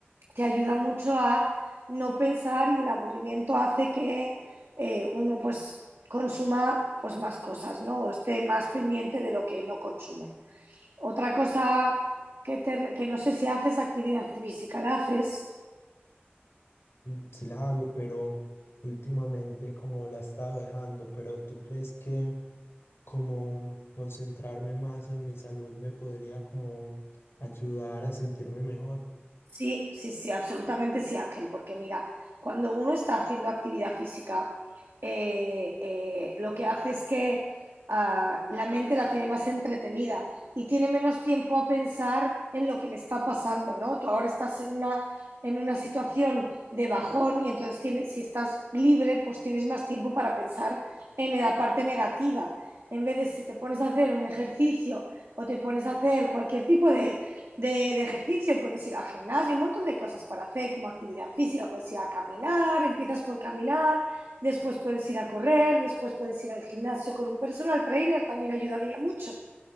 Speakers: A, on the right (about 80°); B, on the left (about 85°).
A: te ayuda mucho a no pensar y el aburrimiento hace que eh, uno pues consuma pues más cosas, ¿no? O esté más pendiente de lo que no consume. Otra cosa que, te- que no sé si haces actividad física, ¿la haces?
B: Mm, Sí la hago, pero últimamente como la he estado dejando, pero ¿tú crees que... como concentrarme más en mi salud me podría como ayudar a sentirme mejor.
A: Sí, sí, sí, absolutamente sí, Ángel, porque mira, cuando uno está haciendo actividad física, eh, eh, lo que hace es que ah, la mente la tiene más entretenida y tiene menos tiempo a pensar en lo que le está pasando, ¿no? Tú ahora estás en una, en una situación de bajón y entonces tienes, si estás libre, pues tienes más tiempo para pensar en la parte negativa. En vez de si te pones a hacer un ejercicio o te pones a hacer cualquier tipo de de, de ejercicio, puedes ir al gimnasio, un montón de cosas para hacer, como actividad física, puedes ir a caminar, empiezas por caminar, después puedes ir a correr, después puedes ir al gimnasio con un personal trainer, también ayudaría mucho